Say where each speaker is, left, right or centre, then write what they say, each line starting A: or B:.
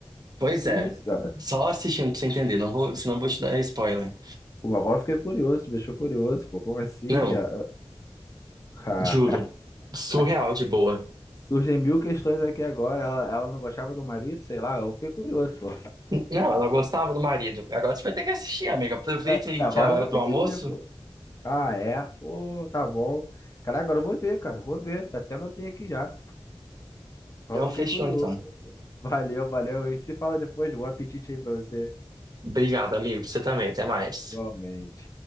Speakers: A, on the right; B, on the left.
A: pois
B: Que
A: é,
B: isso, cara?
A: só assistindo pra você entender, não vou, senão eu vou te dar spoiler.
B: Pô, agora eu fiquei curioso, me deixou curioso, pô, como assim?
A: Não,
B: Ah, ah.
A: juro, surreal
B: <laughs>
A: de boa.
B: Surgem mil questões aqui agora. Ela, ela não gostava do marido, sei lá, eu fiquei curioso, pô.
A: N- Não, ela gostava do marido. Agora você vai ter que assistir, amiga. Aproveita
B: É,
A: aí
B: agora
A: que é a hora
B: eu vou ter
A: do almoço.
B: que ver, pô. Ah, é? Pô, tá bom. Cara, agora eu vou ver, cara, vou ver. Até anotei aqui já. Agora
A: Então,
B: eu
A: fechou
B: fiquei curioso,
A: então.
B: pô. Valeu, valeu. E se fala depois, bom apetite aí pra você.
A: Obrigado, amigo, você também. Até mais.
B: Igualmente.